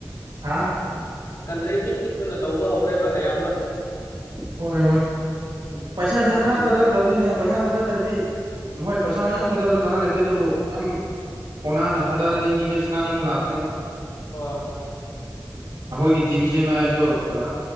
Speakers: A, on the right; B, on the left.
A: ꯍꯥꯥ
B: ꯀꯟꯇ꯭ꯔꯤ ꯄꯤꯛ ꯄꯤꯛꯄꯅ ꯇꯧꯕ ꯍꯧꯔꯦꯕ ꯑꯌꯥꯝꯕ
A: ꯍꯣꯏ ꯍꯣꯏ
B: ꯎꯝ
A: ꯄꯩꯁꯥ ꯊꯥ
B: ꯍꯣꯏ
A: ꯈꯥ ꯊꯥꯗꯒꯗꯕꯅꯤꯅꯦ ꯄꯩꯁꯥ ꯊꯥꯗꯗ꯭ꯔꯗꯤ ꯃꯣꯏ ꯄꯩꯁꯥ ꯌꯥꯝ ꯊꯥꯗꯔꯁꯨ ꯀꯅꯥ ꯂꯩꯇꯦ ꯑꯗꯨꯕꯨ ꯌꯥꯝ ꯀꯣꯅꯥꯅ ꯊꯥꯗꯔꯗꯤ ꯃꯤꯁꯦ ꯁꯅꯥꯅꯤꯡꯕ ꯂꯥꯛꯀꯅꯤꯕ
B: ꯍꯣꯏ ꯍꯣꯏ
A: ꯑꯈꯣꯏꯒꯤ ꯇꯤꯝꯁꯦꯝꯃꯛꯑꯁꯨ ꯑ